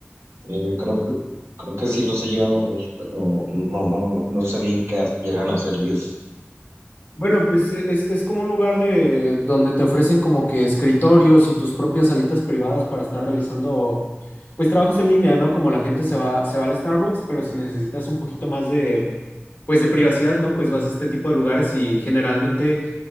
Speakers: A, on the right (about 80°); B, on the left (about 40°).
A: eh, creo, que- creo que sí los he llegado a ver, pero no, no, no sé bien qué llegan a hacer ellos.
B: Bueno, pues e- es, es como un lugar de donde te ofrecen como que escritorios y tus propias salitas privadas para estar realizando pues trabajos en línea, ¿no? Como la gente se va, se va al Starbucks, pero si necesitas un poquito más de pues de privacidad, ¿no? Pues vas a este tipo de lugares y generalmente